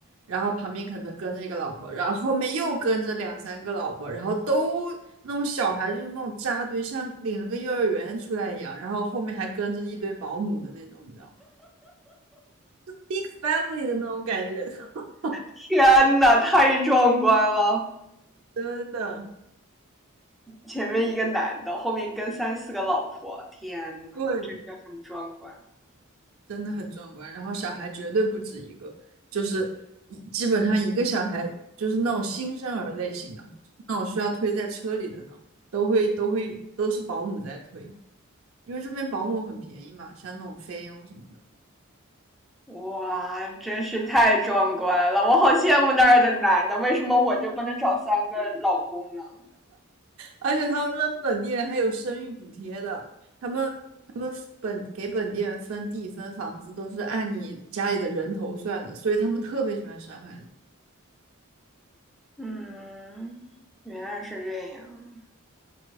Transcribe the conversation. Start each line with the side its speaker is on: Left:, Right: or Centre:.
Right: 然后旁边可能跟着一个老婆，然后后面又跟着两三个老婆，然后都那种小孩就是那种扎堆，像领了个幼儿园出来一样，然后后面还跟着一堆保姆的那种，你知道 b i g family 的那种感觉，<laughs>
Centre: 天呐，太壮观了！
Right: 真的，
Centre: 前面一个男的，后面跟三四个老婆，天呐，
Right: 对，
Centre: 这个很壮观。
Right: 真的很壮观。然后小孩绝对不止一个，就是一基本上一个小孩就是那种新生儿类型的，那种需要推在车里的那种，都会都会都是保姆在推，因为这边保姆很便宜嘛，像那种菲佣什么的。
Centre: 哇，真是太壮观了！我好羡慕那儿的男的，为什么我就不能找三个老公呢？
Right: 而且他们这边本地人还有生育补贴的，他们本给本地人分地分房子都是按你家里的人头算的，所以他们特别喜欢生孩子。
Centre: 嗯，原来是这样